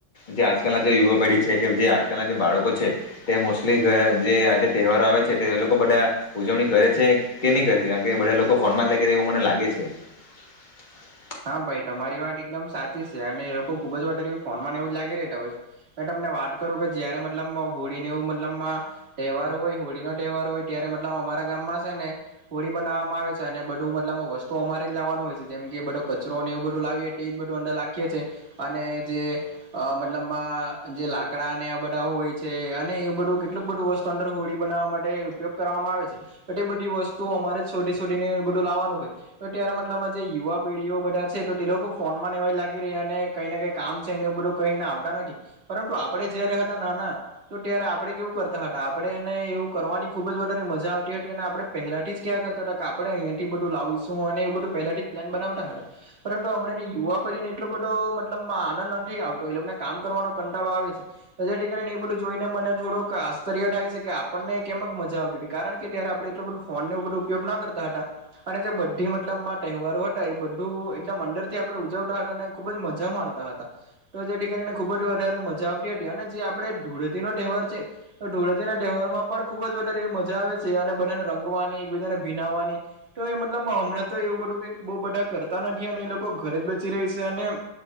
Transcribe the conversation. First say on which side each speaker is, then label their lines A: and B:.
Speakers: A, on the left; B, on the right.
A: જે આજકાલના જે યુવા પેઢી છે કે જે આજકાલના જે બાળકો છે તે મોસ્ટલી ઘ જે આજે તહેવારો આવે છે તે લોકો બધા ઉજવણી કરે છે કે નહી કરે છે કારણ કે બધા લોકો ફોનમાં જ લાગી રહે એવું મને લાગે છે. <inaudible>
B: હા ભાઈ તમારી વાત એકદમ સાચી છે અને એ લોકો ખુબ જ વધારે ફોન માંને એવું જ લાગી રહેતા હોય મે તમને વાત કરું કે જયારે મતલબમાં હોળીને એવું મતલબમાં તહેવાર હોય હોળીનો તહેવાર હોય ત્યાર કે મતલબ અમારા ગામમાં છે ને હોળી બનાવવામાં આવે છે અને બધું મતલબ વસ્તુ અમારે જ લાવવાનું હોય છે જેમ કે બધો કચરોને એવું બધું લાવીએ એ જ બધું અંદર નાખીએ છે અને જે મતલબમાં જે લાકડા ને આ બધા હોય છે અને એ બધું કેટલુંક બધું વસ્તુ અંદર હોળી બનાવવા માટે ઉપયોગ કરવામાં આવે તે બધી વસ્તુઓ અમારે શોઢી શોડીને બધું લાવવાનું હોય તો ત્યારે ના મતલબમાં જે યુવા પેઢીઓ બધા છે તો તે લોકો ફોન માં એવા જ લાગી રહ્યા અને કઈ ને કઈ કામ છે ને એવું બધું કઈ ને આવતા નથી. પરંતુ આપડે જ્યારે હતા નાના તો ત્યારે આપડે કેવું કરતા હતા આપડે એને એવું કરવાની ખુબ જ વધારે મજા આવતી હટી અને આપણે પહેલાથી જ ક્યાં કરતા હતા કે આપણે અહીંયાથી બધું લાવશું એવું બધું પહેલાથી જ પ્લાન બનાવ તા હતા પરંતુ હમણાંની યુવા પેઢીને એટલો બધો મતલબ આનંદ નથી આવતો એ લોક ને કામ કરવાનો કંટા ટાડો આવે છે જેથી કરીને એ બધું જોઈને મને થોડુંક આશ્ચર્ય થાય છે કે આપણને કેમક મજા આવતી. કારણ કે ત્યારે આપે એટલું બધું ફોન બધો ઉપયોગ ના કરતા હતા અને જે બધી મતલબ તહેવારો હતા. બધું એકદમ અંંદર થી આપડે ઉજવતા હતા અને ખુબ જ મજા માણતા હતા તો જેથી કરીને ખુબ જ. વધારે મજા આવતી હતી અને જે આપડે ધૂળેતી નો તહેવાર છે તો ધૂળેતી ના તહેવાર પણ ખુબ જ વધારે. મજા આવે છે અને બધાને રંગવાની એક બીજાને ભીનાવવાની તો એ મતલબ મા હમણાં તો એવું બધું કે. બહુ બધા કરતા નથી અને એ લોકો ઘરે જ બચી રહી છે અને.